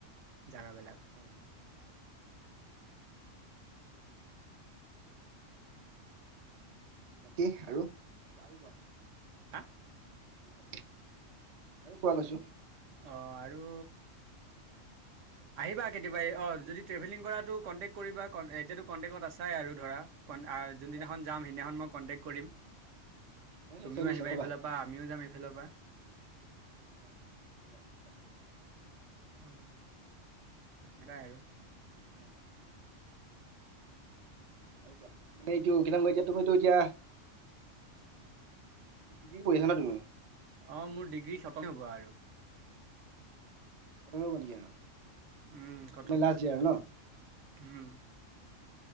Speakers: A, on the right; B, on the right.
A: জেগাবিলাক।
B: হয় হয়। বাকী আৰু আৰু কোৱা।
A: হা?
B: আৰু কোৱা কৈছোঁ।
A: অ, আৰু আহিবা কেতিয়াবাই অ
B: বাকী
A: যদি ট্ৰেভেলিং কৰাটো কন্টেক্ এতিয়া কনটেক আছে আৰু ধৰা যোনদিনাখন
B: হয় হয়
A: যাম সেইদিনাখন মই কণ্টেক্ট কৰিম
B: অ নিশ্চয়
A: তুমিও
B: নিশ্চয়
A: আহিবা
B: কবা
A: এইফালৰ পৰা আমিও যাম এইফালৰ পৰা।
B: <inaudible>
A: অ, তেনেকুৱাই আৰু।
B: হম, আৰু কোৱা মান এইটো কিাম এতিয়া তোমতটো এতিয়া, <inaudible> কৰিছা ন তুমি।
A: অ, মোৰ ডিগ্ৰী খতম হব আৰু।
B: <inaudible> নেকি আৰু?
A: উম, খটমেই
B: মানে লাষ্ট
A: আৰু।
B: ইয়াৰ ন
A: উম,